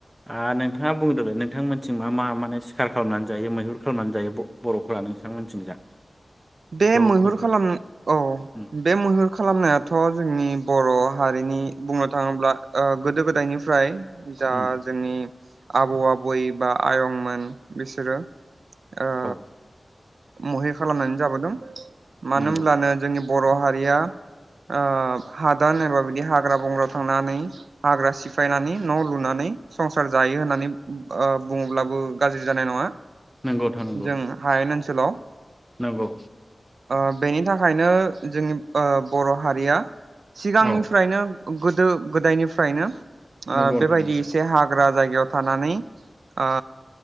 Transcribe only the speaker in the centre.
आ नोंथाङा बुंदोंलै नोंथांमोनथिं मा मा माने सै खार खालामनानै जायो मैहुर खालामनानै जायो बर'फोरा नोंथांमोनथिं जा बेखौ
खोन्था
उम
उम
औ
नंगौ
नंगौ नोंथां नंगौ
नंगौ
औ
नंगौ नोंथां
नंगौ